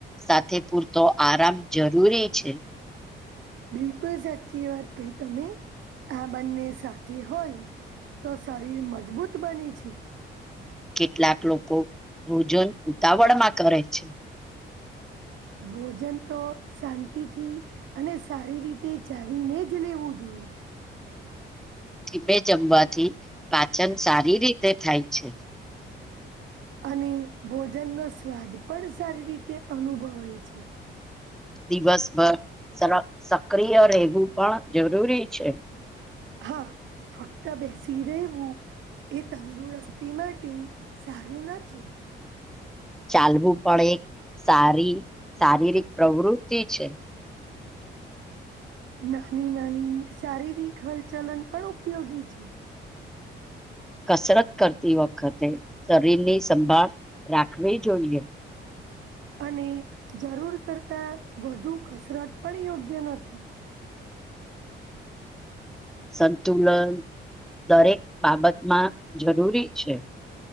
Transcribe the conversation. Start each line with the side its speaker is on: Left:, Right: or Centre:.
Centre: સાથે પૂરતો આરામ જરૂરી છે.
Right: બિલકુલ સાચી વાત કઈ તમે આ બંને સાથે હોય તો શરીર મજબૂત બની છે.
Centre: કેટલાક લોકો ભોજન ઉતાવળ માં કરે છે.
Right: ભોજન તો શાંતિથી અને સારી રીતે ચાવીને જ લેવું જોઈએ.
Centre: ધીમે જમવાથી પાચન સારી રીતે થાય છે.
Right: અને ભોજન નો સ્વાદ પણ સારી રીતે અનુભવાય છે.
Centre: દિવસભર સર સક્રિય રહેવું પણ જરૂરી છે.
Right: હા ફક્ત બેસી રેવું એ તંદુરસ્તી માટે સારું નથી.
Centre: ચાલવું પણ એક સારી શારીરિક પ્રવૃતિ છે.
Right: નાની નાની શારીરિક હલચલન પણ ઉપયોગી છે.
Centre: કસરત કરતી વખતે શરીરની સંભાળ રાખવી જોઈએ.
Right: અને જરૂર કરતા વધુ કસરત પણ યોગ્ય નથી.
Centre: સંતુલન દરેક બાબતમાં જરૂરી છે.